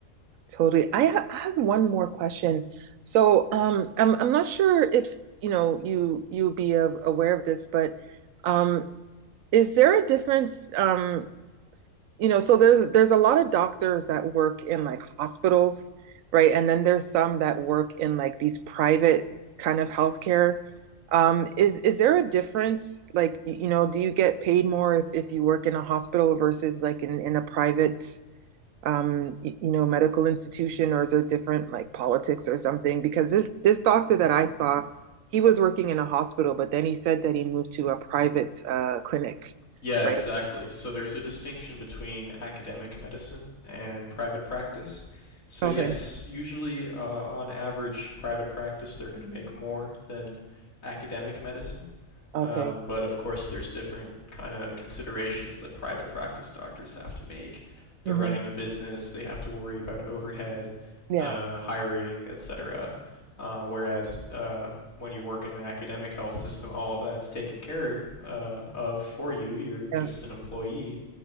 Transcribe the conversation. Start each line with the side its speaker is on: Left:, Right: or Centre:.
Right: Totally. I ha I have one more question. So, um, I'm I'm not sure if you know you you be a, aware of this, but um, is there a difference? Um, s- you know, so there's there's a lot of doctors that work in like hospitals, right? And then there's some that work in like these private kind of healthcare. Um, is is there a difference? Like, do- you know, do you get paid more if, if you work in a hospital versus like in in a private? um, you know, medical institution or is there different like politics or something? Because this this doctor that I saw, he was working in a hospital, but then he said that he moved to a private uh, clinic,
Left: Yeah,
Right: right?
Left: exactly. So there's a distinction between academic medicine and private practice. So,
Right: Okay,
Left: yes, usually uh, on average, private practice they're going to make more than academic medicine.
Right: okay.
Left: Um, but of course, there's different kind of considerations that private practice doctors have to make. They're
Right: hmm
Left: running a business, they have to worry about overhead,
Right: Yeah,
Left: uh, hiring, etc. Uh, whereas uh, when you work in an academic health system, all of that's taken care uh, of for you. You're just
Right: yeah,
Left: an employee,